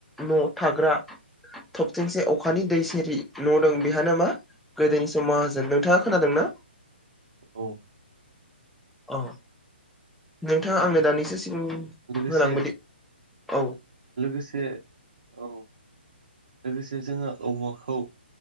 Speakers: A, in the centre; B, on the right.
A: न' थाग्रा थबथिंसे अखानि दै सेर न' दं बेहानो मा गोदोनि समाव हाजोन नोंथाङा खोनादों ना?
B: औ
A: औ नोंथाङा आंनो दानिसो सिम
B: लोगोसे
A: होलांबोदि औ
B: लोगोसे औ लोगोसे जोङो औवाखौ